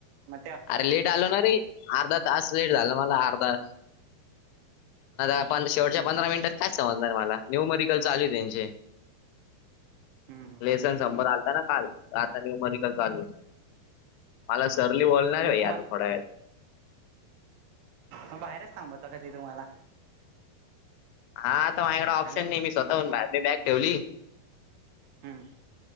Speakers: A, on the right; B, on the left.
A: मग त्या
B: अरे लेट ल ना रे अर्धा तास लेट झाला मला अर्धा आता शेवटच्या
A: हम्म,
B: पंधरा मिनिटात कायच समजणार मला न्यू मेडिकल चालू त्यांचे
A: हम्म, हम्म.
B: लेसन संभर आलता ना काल रातनी उमरिकल चालू आहे मला सरली बोलणार आहे
A: मग
B: भाई
A: तुम्हा
B: आता थोड्या वे
A: मग बाहेरच थांबवत कधी तुम्हाला
B: हा आता माझ्याकड ऑप्शन
A: हॅलो
B: नाही मी स्वतःहून मी बॅग ठेवली
A: हम्म